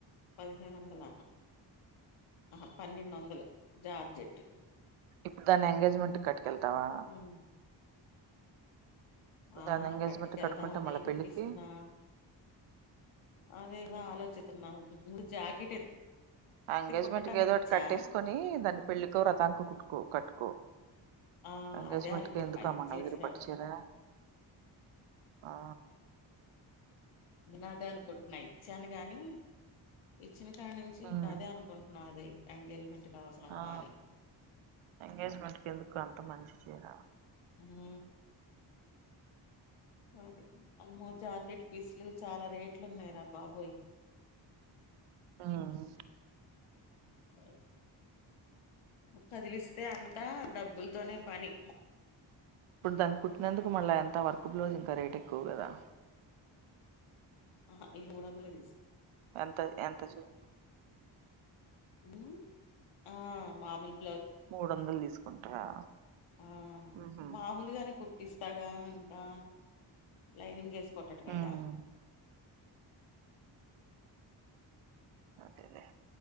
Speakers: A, on the left; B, on the right.
A: పదిహేను వందల అహ పన్నెండు వందలు జార్జెట్
B: ఇప్పుడు దాన్ని ఎంగేజ్మెంట్ కట్కెళ్తావా
A: మ్మ్ ఆ
B: దాన్ని ఎంగేజ్మెంట్
A: కట్టుకెళ్దామని
B: కట్టుకుంటే మళ్ళీ
A: కుట్టిస్తున్నా
B: పెళ్ళికి
A: అదేగ ఆలోచితున్నా ముందు జాకెట్
B: ఎంగేజ్మెంట్
A: తే కొట్టడానికి
B: కేదో ఒకటి
A: ఇచ్చా
B: కట్టేసుకొని దాన్ని పెళ్లికో వ్రతానికి కుట్టుకో కట్టుకో
A: ఆ
B: ఎంగేజ్మెంట్
A: అదే అనుకుంటున్నా
B: కి ఎందుకు ఆ
A: ఇచ్చేసి
B: మంగళగిరి
A: నాతో
B: పట్టుచీర ఆ
A: నా దేనుకుంటున్నా ఇచ్చాను గాని ఇచ్చిిన్కాడ నుంచి
B: ఉమ్
A: ఇంక అదే అనుకుంటున్నా అది ఎంగేజ్మెంట్ కి అవసరమా
B: ఆ
A: అని
B: ఎంగేజ్మెంట్ కేందుకు అంత మంచి చీరా
A: హు అది అమ్మో జాకిట్ పీస్లు చాల రేట్లున్నాయరా బాబోయ్
B: మ్
A: హయ్ కద్లిస్తే అంతా డబ్బుల్తోనే పని
B: ఇప్పుడు దాన్ని కుట్టినందుకు మళ్ళ ఎంత వర్క్ గ్లౌజ్జ ఇంకా రేట్ ఎక్కువ కదా
A: అహా ఇవి మూడొందలే తీస్
B: ఎంత ఎంత చూపు
A: హ్మ్ ఆ మామూల్
B: మూడొందలు తీసుకుంటారా
A: ఆ
B: ఉహు
A: మామూల్గానే కుట్టిస్తాగ ఇంకా లైనింగ్ చేస్త కుట్టటమేగ
B: ఉమ్ అదేలేే